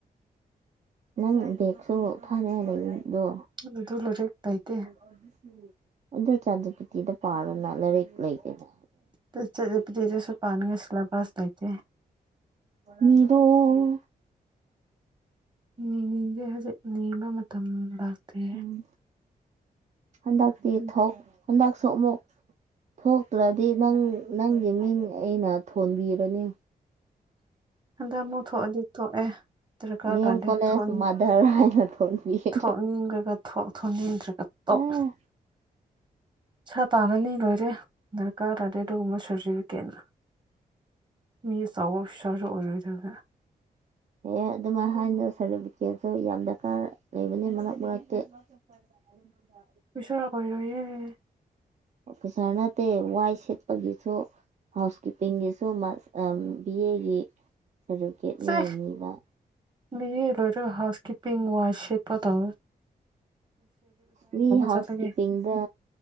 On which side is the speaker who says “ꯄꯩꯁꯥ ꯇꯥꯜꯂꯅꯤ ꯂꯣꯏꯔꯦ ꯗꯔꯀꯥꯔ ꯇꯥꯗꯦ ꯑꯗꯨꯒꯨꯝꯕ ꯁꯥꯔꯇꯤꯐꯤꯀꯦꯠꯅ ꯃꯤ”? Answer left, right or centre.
Right